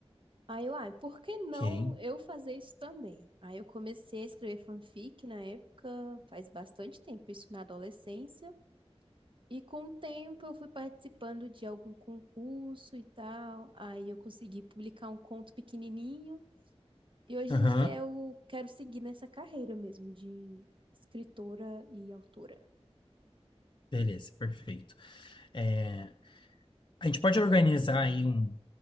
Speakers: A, on the right; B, on the left.
A: Aí eu, ah, por que não
B: ok.
A: eu fazer isso também? Aí eu comecei a escrever fanfic na época, faz bastante tempo, isso na adolescência. E com o tempo eu fui participando de algum concurso e tal. Aí eu consegui publicar um conto pequenininho. E hoje
B: Aham,
A: em dia eu quero seguir nessa carreira mesmo de escritora e autora.
B: beleza, perfeito. É, a gente pode organizar aí um